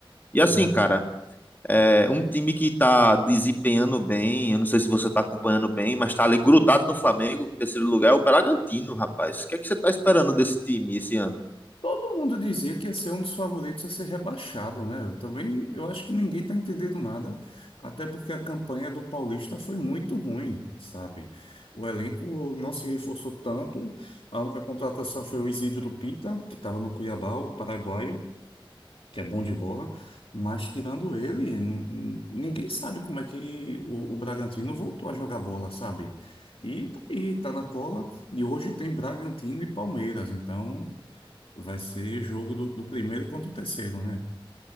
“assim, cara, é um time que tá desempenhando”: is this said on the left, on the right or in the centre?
Left